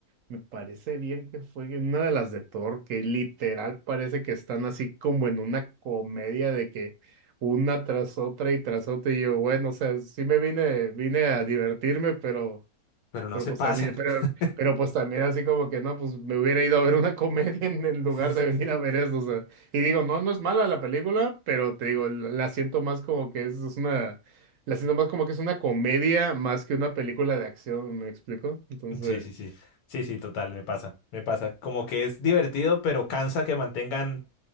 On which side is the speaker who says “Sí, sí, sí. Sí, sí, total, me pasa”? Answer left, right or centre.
Left